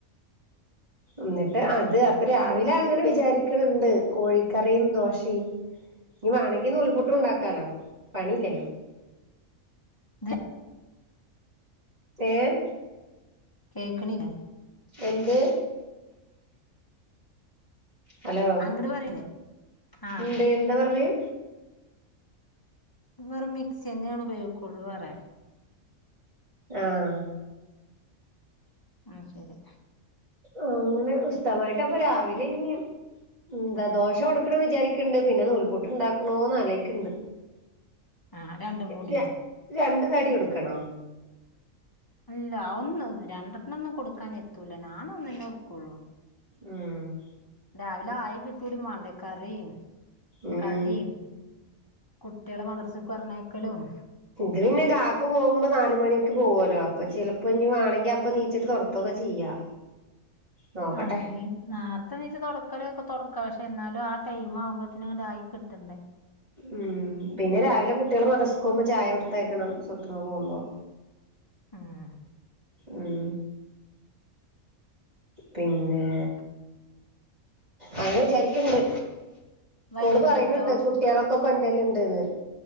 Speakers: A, on the left; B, on the right.
A: <inaudible>
B: ഉം ന്നിട്ട് അത് അപ്പൊ രാവിലെ അങ്ങെനെ വിചാരിക്ക്ണ്‌ണ്ട് കോഴിക്കറിയും ദോശെയും ഞ്ഞ് മാണെങ്കി നൂൽ പുട്ടുണ്ടാക്കാലോ പണിയില്ലല്ലോ
A: <unintelligible>
B: ഏഹ്
A: കേക്ക്ണില്ലെ
B: എന്ത് ഹലോ
A: അങ്ങട് പറയില്ലേ ആഹ്
B: എന്ത് എന്താ പറഞ്ഞത്
A: ത് വെറും മിക്സിന്നേണ് ഉപയോഗിക്കാെള്ളൂ പറ്യാ
B: ആഹ്
A: ഉം ശെരി
B: ആഹ് അങ്ങെനെ ഉസ്താമാര്ക്ക് അപ്പൊ രാവിലെ ഇഞ്ഞ് ഉം ന്താ ദോഷ കൊട്ക്കണം വിചാരിക്ക്ണ്ട് പിന്നെ നൂൽപുട്ട് ഇണ്ടാക്കണോന്ന് ആലോയ്ക്ക്ണ്ട്
A: ആഹ് രണ്ടും കൂടിയോ
B: ര രണ്ട് കട്യൊട്ക്കണോ?
A: ഇല്ല ഒന്ന് രണ്ടർണ്ണൊന്നും കൊടുക്കാനെത്തൂല നാനൊന്നെന്നെ കൊട്ക്കാെള്ളൂ
B: ഉം
A: രാവിലെ ആയി കിട്ടൂടി മാണ്ടേ കറിം
B: ഉം
A: കടിം കുട്ട്യേളെ മദ്റസ്ക്ക് പർഞ്ഞയക്കലും
B: ഇത് പിന്നെ കാക്കു പോകുമ്പോ നാല് മണിക്ക് പോകല്ലോ അപ്പൊ ചിലപ്പൊ വേണെങ്കി നീച്ചിട്ട് തൊടകോ കെ ചെയ്യാ നോക്കട്ടെ
A: ആഹ് നീ നേർ നേരത്തെ എണീറ്റു തുടക്കലേ ഒക്കെ തുടക്ക പക്ഷെ എന്നാലും ആ ടൈം ആവുമ്പോഴേക്കും ആയി കിട്ടണ്ടേ
B: ഉം ഉം പിന്നെ രാവിലെ കുട്ട്യേള് മദ്രസ്ക്കാേവുമ്പം ചായൊട്ത്തയ്ക്കണം സ്വത്തുമ്മ പോവുമ്പം
A: ആഹ്
B: ഉം പിന്നേ
A: ശരി
B: അങ്ങെനെ വിചാരിക്ക്ണ്ട്
A: വൈകുന്നേരത്തോ
B: ഓള് പറീണ്‌ണ്ട് കുട്ട്യാളൊക്കെ കൊണ്ടര്ല്ണ്ട്ന്ന്